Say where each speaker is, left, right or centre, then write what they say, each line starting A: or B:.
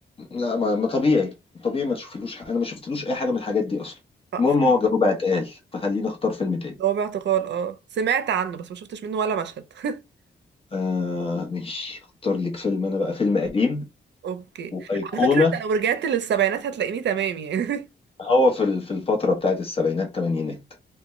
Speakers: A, on the left; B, on the right.
A: لا ما ما طبيعي طبيعي ما تشوفلوش ح- انا ما شفتلوش اي حاجه من الحاجات دي اصلا
B: اه
A: المهم
B: فاهم
A: هو جوابها اتقال فخليني اختار فيلم تاني
B: هو باعتقال اه سمعت عنه بس ما شفتش منه ولا مشهد <laughs>
A: آه ماشي اختار لك فيلم انا بقى فيلم قديم
B: اوكي
A: وايقونه
B: على فكرة انت لو رجعت للسبعينات هتلاقيني تمام يعني
A: هو في ال- في الفتره بتاعت السبعينات الثمانينات